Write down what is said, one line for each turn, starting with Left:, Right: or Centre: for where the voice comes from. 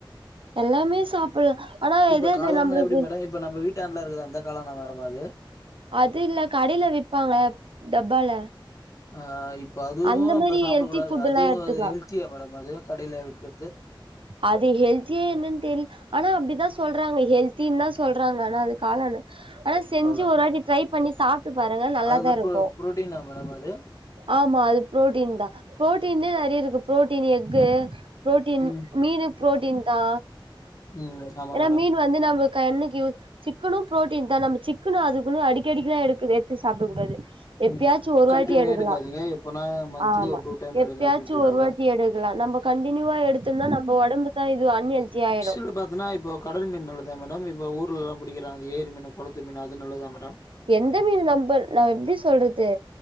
Right: எல்லாமே சாப்புல்லா ஆனா
Left: இப்ப
Right: அதே
Left: காளான்னா
Right: இது நம்ளுக்கு
Left: எப்படி மேடம் இப்ப நம்ம வீட்டாண்டலா இருக்குதே அந்த காளானா மேடம் அது
Right: அது இல்ல கடைல விப்பாங்க டப்பால
Left: ஆ இப்ப அதுவு
Right: அந்த
Left: நம்ம
Right: மாரி
Left: சாப்டக்
Right: ஹெல்தி
Left: கூடாது
Right: ஃபுட்
Left: அதுவு
Right: எல்லா எடுத்துக்கலா
Left: அது ஹெல்த்தியா மேடம் அது கடையில விக்கற்து
Right: அது ஹெல்த்தியி என்னன் தெர் ஆனா அப்டிதா சொல்றாங்க ஹெல்தின் தா சொல்றாங்க ஆனா அது காளான்னு ஆனா செஞ்சு
Left: காளான்
Right: ஒரு வாட்டி ட்ரை பண்ணி சாப் ட்டு பாருங்க நல்லாதா
Left: அதுல
Right: இருக்கு
Left: ப்ரோ ப்ரோட்டீனா மேடம் அது
Right: ஆமா அது ப்ரோட்டீன் தா ப்ரோட்டீன் நெறைய இருக்கு ப்ரோட்டீன் எக்கு ப்ரோட்டீன்
Left: ம்
Right: மீனு ப்ரோட்டீன் தா
Left: ம் ஆமா
Right: ஏன்னா
Left: மேடம்
Right: மீன் வந்து நம்பக் கண்ணுக்கு யூஸ் சிக்கனு ப்ரோட்டீன் தா நம்ப சிக்கனு அதுக்குன்னு அடிக்கடிக்கெல்லா எடுக்கு எத்து சாப்டக்க கூடாது எப்பயாச்சு
Left: ம்
Right: ஒரு
Left: கண்டினியூ
Right: வாட்டி எடுக்கலா
Left: எடுக்காதீங்க எப்பனா மந்த்லி
Right: ஆமா
Left: ஒரு டூ டைம் எடுங்க
Right: எப்பயாச்சு
Left: அப்டின்றீங்களா
Right: ஒரு
Left: மேடம்
Right: வாட்டி எடுக்கலா நம்பக் கண்டினியூவா எடுத்தன்ன நம்ம உடம்பு தா இதுவ அன்ஹெல்தியா ஆயிடு
Left: <unintelligible> பாத்தன்னா இப்போ கடல் மீன் நல்லதா மேடம் இப்ப ஊர்லலா பிடிக்றாங்க ஏரி மீனு கொளத்து மீனு அது நல்லதா மேடம்
Right: எந்த மீனு நம்ப நா எப்டி சொல்றது